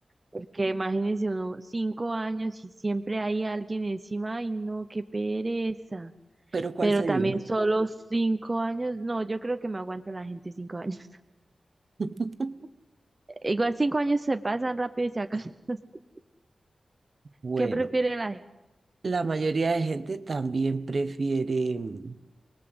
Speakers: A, on the right; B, on the right.
A: Porque imagínense uno cinco años y siempre hay alguien encima, ay no, qué pereza.
B: Pero ¿cuál
A: Pero
B: sería?
A: también solo cinco años, no, yo creo que me aguanta la gente cinco años. <laughs>
B: <laughs>
A: Igual cinco años se pasan rápido y se acaban. <laughs>
B: Bueno,
A: ¿Qué prefiere la gente?
B: la mayoría de gente también prefiere mm,